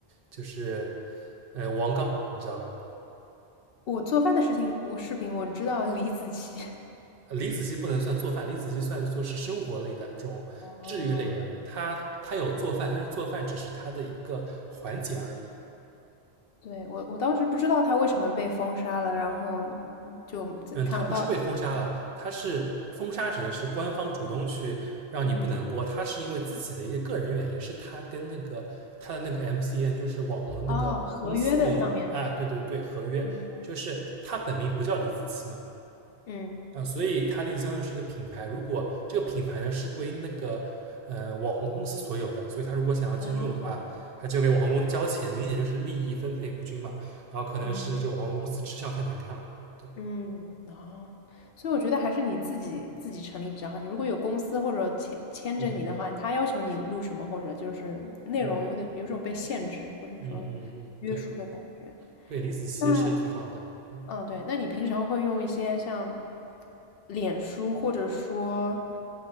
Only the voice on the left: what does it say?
我做饭的事情，我视频我知道李子柒。
<laughs> 哦，
对，我我当时不知道他为什么被封杀了，然后嗯就看不到他。
嗯，
哦，合约的上面的，
嗯嗯，
哦，
嗯
嗯，哦，所以我觉得还是你自己自己成立比较好。你如果有公司或者签签着你的话，
他要求你录什么，或者就是内容有点有种被限制，
或者说
约束的感觉。
但
嗯，对，那你平常会用一些像脸书或者说